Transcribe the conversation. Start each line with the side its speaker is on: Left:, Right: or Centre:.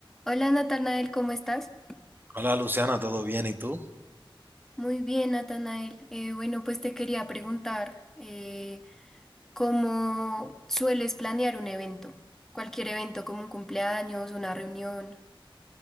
Centre: Hola Natanael, ¿cómo estás?
Right: Hola Luciana, ¿todo bien? ¿Y tú?
Centre: Muy bien, Natanael. Eh, bueno, pues te quería preguntar, eh, ¿cómo sueles planear un evento? Cualquier evento, como un cumpleaños, una reunión.